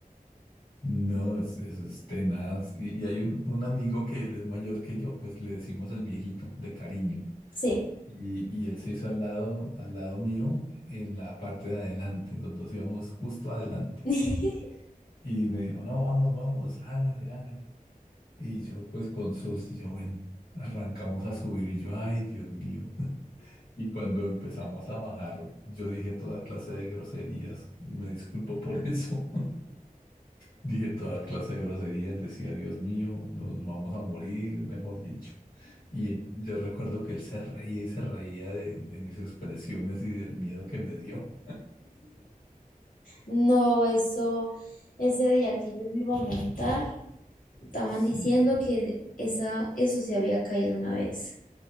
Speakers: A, on the left; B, on the left.
A: No, es- eso es tenaz. Y, y hay un, un amigo que él es mayor que yo, pues le decimos el viejito de cariño.
B: Sí.
A: Y, y él se hizo al lado, al lado mío, en la parte de adelante. Los dos íbamos justo adelante.
B: <laughs>
A: Y me dijo, no, vamos, vamos, hágale, hágale. Y yo, pues con susto, yo, bueno, arrancamos a subir y yo, ay, Dios mío. <laughs> Y cuando empezamos a bajar, yo dije toda clase de groserías. Me disculpo por <laughs> eso. Dije toda clase de groserías, decía, Dios mío, nos vamos a morir, mejor dicho. Y él- yo recuerdo que él se reía y se reía de, de mis expresiones y del miedo que me dio.
B: No, eso, ese día que yo me iba a montar, estaban
A: Sí.
B: diciendo que esa, eso se había caído una vez